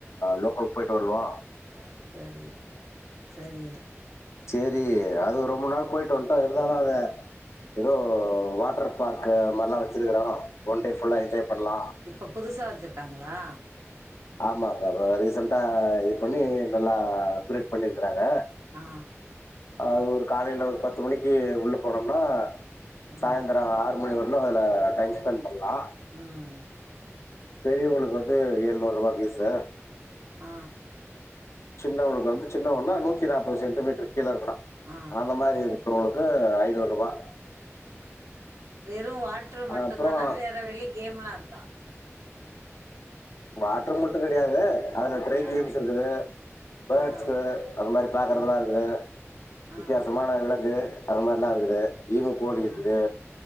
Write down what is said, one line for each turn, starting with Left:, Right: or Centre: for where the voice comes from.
Left: லோக்கலுக்கு போயிட்டு வந்தோ
Right: ஆ சரி சரி
Left: சேரி அது ரொம்ப நாள் போயிட்டு வந்துட்டோ இருந்தாலும் அத ஏதோ வாட்டர் பார்க்கு மாரிலா வச்சிருக்கறான் ஒன்டே ஃபுல்லா என்ஜாய் பண்ணலாம்.
Right: இப்ப புதுசா வச்சிருக்காங்களா
Left: ஆமாப்பா ரீசன்ட்டா இது பண்ணி நல்லா பிரியட் பண்ணியிருக்கறாங்க
Right: ஆ
Left: அது ஒரு காலையில ஒரு பத்து மணிக்கு உள்ள போனோம்னா
Right: ம்
Left: சாயந்தரம் ஆறு மணி வர என்ன அதுல டைம் ஸ்பெண்ட் பண்ணலாம்.
Right: ம்
Left: பெரியவங்ளுக்கு வந்து எழுநூறு ரூபா பீஸ்ஸு
Right: ஆ
Left: சின்னவங்களுக்கு வந்து சின்னவன்னா நூத்தி நாற்பது சென்டிமீட்டர் கீழ இருக்கணும்
Right: ஆ
Left: அந்த மாரி இரு இருக்குறவங்களுக்கு ஐநூரூபா
Right: வெறும் வாட்ரு மட்டும்தானா
Left: அப்புறம்
Right: வேற வெளி கேம்லா இருக்கா
Left: வாட்ரு மட்டும் கடையாது அதுல ட்ரை
Right: ஆ
Left: கேம்ஸ் இருக்குது பேர்ட்ஸ்
Right: ஆ
Left: அந்த மாரி பாக்குறதுலா
Right: ஆ
Left: இருக்குது வித்தியாசமான
Right: ஆ
Left: விலங்கு அது மாரிலா இருக்குது ஈமு கோழி
Right: ஆ
Left: இருக்குது